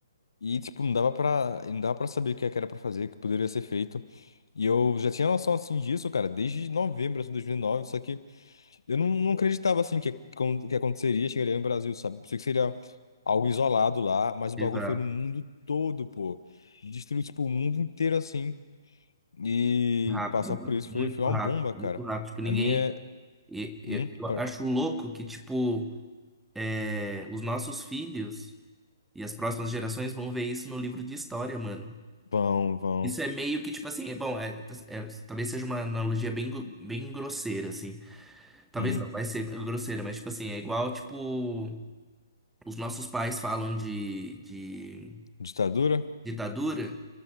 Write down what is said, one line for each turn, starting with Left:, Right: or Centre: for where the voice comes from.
Left: E, tipo, não dava pra, não dava pra saber o que é que era pra fazer, o que poderia ser feito. E eu já tinha noção, assim, disso, cara, desde novembro, assim, de 2009, só que eu não, não acreditava, assim, que, acon- que aconteceria, chegaria no Brasil, sabe? Pensei que seria algo isolado lá, mas
Centre: Exato.
Left: o bagulho foi no mundo todo, pô. Destruiu, tipo, o mundo inteiro, assim, e
Centre: Rápido,
Left: passar
Centre: mano.
Left: por isso
Centre: Muito
Left: foi, foi
Centre: rápido,
Left: uma bomba, cara.
Centre: muito rápido. Tipo, ninguém.
Left: A minha... é,
Centre: e- e-
Left: Hum,
Centre: Eu
Left: pa-
Centre: acho louco que, tipo. É, os nossos filhos e as próximas gerações vão ver isso no livro de história, mano.
Left: vão, vão.
Centre: Isso é meio que, tipo assim, é- bom, é- tá, é- talvez seja uma analogia bem, gro- bem grosseira, assim. Talvez
Left: Hum,
Centre: não, vai ser grosseira, mas, tipo assim, é igual, tipo, os nossos pais falam de, de
Left: ditadura?
Centre: ditadura